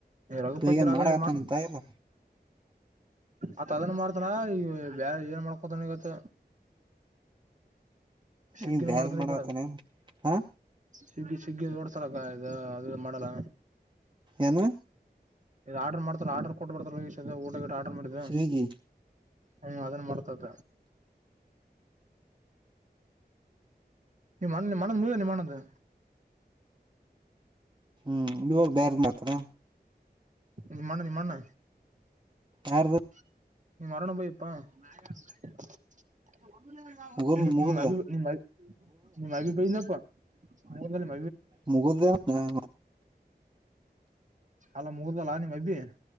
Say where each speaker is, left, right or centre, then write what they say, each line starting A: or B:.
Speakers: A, on the right; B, on the right.
A: ರಘುಪತಿ
B: ಬೇಗನ್
A: ರಾಘವಂದ್ರ
B: ಮಾಡಾಕತ್ತಾನಂತ
A: ಮಾಡ
B: ಇಲ್ಲ
A: ಅತ್ ಅದನ್ ಮಾಡ್ತಾನ ಈ ಬ ಏನ್ ಮಾಡ್ಕೊತನ್ಗತ್ತ ಸಿಗ್ಗನ್
B: ಈಗ ಬ್ಯಾರ
A: ಮಾಡ್ದನೆ
B: ಮಾಡತಾನ
A: ಈ ಕಡೆ
B: ಹಾ
A: ಶಗ್ಗಿ ಶಗ್ಗಿ ಓಡ್ಸಲಕ್ಕ ಇ ಅದು ಮಾಡಲ್ಲ
B: ಏನು
A: ಇ ಆರ್ಡರ್ ಮಾಡ್ತಾರ ಆರ್ಡರ್ ಕೊಟ್ಟ ಬರ್ತಾರ ಊಟ ಆರ್ಡರ್ ಮಾಡಿದ್ದ
B: ಸ್ವಿಗಿ
A: ಹ್ಮ ಅದನ್ನ ಮಾಡ್ತ್ದ ನಿಣ್ಣ ನಿ ಮಣದ ಮುದ ನಿ ಮಣಂದು
B: ಹ್ಮ್ ಇವಾಗ ಬೇರೆ ಮಾತಾರ
A: ನಿಮ್ಮ ಅಣ್ಣ ನಿಮ್ಮಣ್ಣ
B: ಯ
A: ನೀ ಮರರಣಬಯಪ್ಪಾ ನೀ ನಿ
B: ಮುಗದ ಮುಗದ
A: ನಿ್ ನಿಮ್ಮ್ ಬನಪ್ಪ
B: ಮುಗುಲ್ದೇವ ನ
A: ಅಲ್ಲ ಮುಗುದಲ್ಲ ನಿಮ್ಮ್ ಅಬಿ